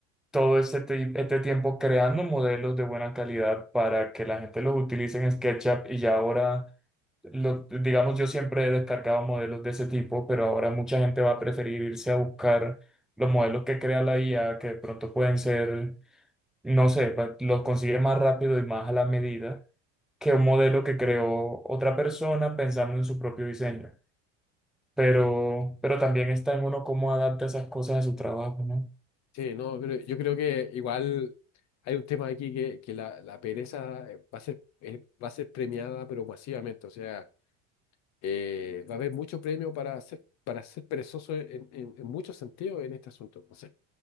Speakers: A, in the centre; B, on the left.
A: todo este, ti- este tiempo creando modelos de buena calidad para que la gente los utilice en SketchUp y ya ahora, lo- digamos, yo siempre he descargado modelos de ese tipo, pero ahora mucha gente va a preferir irse a buscar los modelos que crea la IA, que de pronto pueden ser no sé, pa- los consigue más rápido y más a la medida que un modelo que creó otra persona pensando en su propio diseño. Pero, pero
B: Sí,
A: también está en uno cómo adapta esas cosas a su trabajo, ¿no?
B: Sí, no, pero yo creo que igual hay un tema aquí que, que la, la pereza eh, va a ser, eh, va a ser premiada, pero masivamente. O sea, eh, va a haber mucho premio para ser, para ser perezoso en, en, en muchos sentidos en este asunto. No sé,